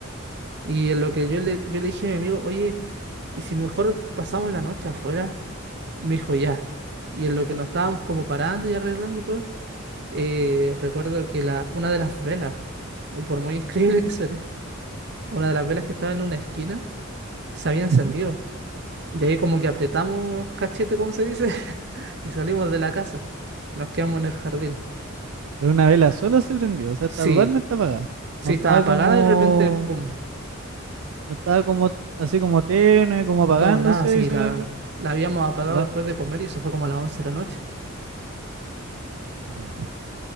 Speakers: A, on the right; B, on the right.
A: Y en lo que yo le, yo le dije a mi amigo, oye, ¿y si mejor pasamos la noche afuera? Me dijo, ya. Y en lo que nos estábamos como parando y arreglando todo, eh, recuerdo que la, una de las velas, o por muy increíble que suene, una de las velas que estaba en una esquina se había encendido.
B: Ujú.
A: Y ahí como que apretamos cachete, como se dice, <laughs> y salimos de la casa. Nos quedamos en el jardín.
B: Pero una vela sola se prendió, o sea,
A: Sí,
B: está totalmente apagada.
A: sí,
B: No estaba
A: estaba apagada
B: como,
A: y de repente, pum.
B: no estaba como, así como tenue, como apagándose
A: No, nada, sí,
B: y se
A: la,
B: prendió.
A: la habíamos apagado
B: Apa-
A: después de comer y eso fue como a las 11 de la noche.
B: Ya.